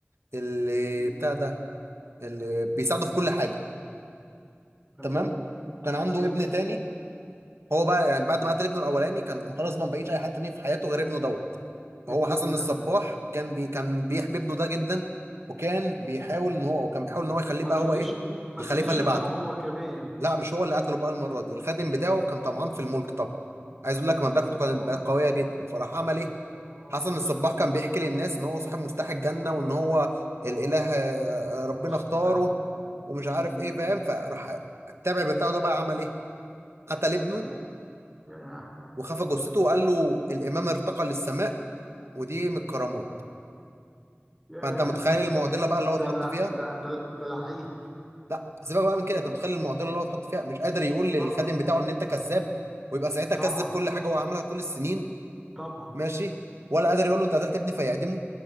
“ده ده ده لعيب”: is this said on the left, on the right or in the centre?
Centre